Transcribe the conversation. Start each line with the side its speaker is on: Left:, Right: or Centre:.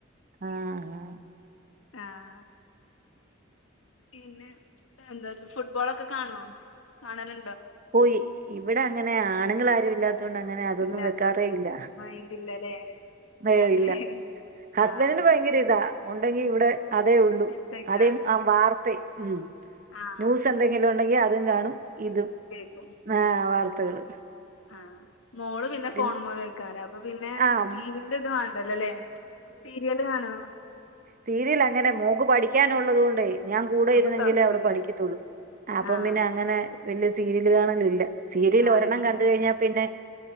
Right: ആഹ് ഹാ
Left: ആഹ് പിന്നെ എന്താല് ഫുട്ബോളൊക്കെ കണോ കാണലു
Right: പോയി ഇവിടെ അങ്ങനെ ആണുങ്ങൾ ആരു ഇല്ലാത്തൊണ്ട് അങ്ങനെ അതൊന്നും
Left: ഇല്ലാത്തോണ്ട്
Right: വെക്കാറേ ഇല്ല
Left: മൈൻഡ് ഇല്ലല്ലേ
Right: ഏയ്
Left: അതെ
Right: ഇല്ല ഹസ്ബൻഡന്
Left: ആഹ്
Right: ഭയങ്കരം ഇതാ ഉണ്ടെങ്കി ഇവിടെ അതേ ഉള്ളൂ
Left: ഇഷ്ടേക്കാരം
Right: അതേ ആ വാർത്ത ഉം
Left: ആഹ്
Right: ന്യൂസ് എന്തെങ്കിലും ഉണ്ടെങ്ക അതും കാണും ഇതും
Left: ക്കും
Right: ആഹ് വാർത്തകള്
Left: ആഹ് മോള് പിന്നെ
Right: പിൻ
Left: ഫേണമ്മെ കളിക്കാറാ അപ്പൊ പിന്നെ
Right: ആഹ്
Left: ടിവിന്റെ ഇതു ണ്ടല്ലല്ലേ സീരിയല് കാണോ?
Right: സീരിയല് അങ്ങനെ മോക്ക് പഠിക്കാനൊള്ളതുകൊ ണ്ടേയ് ഞാൻ കൂടെ
Left: അപ്പൊ
Right: ഇരുന്നെങ്കിലേ
Left: തുറക്കൂല
Right: അവള് പഠിക്കത്തുള്ളൂ അപ്പം
Left: ആഹ്
Right: പിന്നെ അങ്ങനെ വല്യ സീരിയല് കാണലില്ല സീരിയല്
Left: കാണലില്ല
Right: ഒരെണ്ണം കണ്ട് കഴിഞ്ഞാ പിന്നെ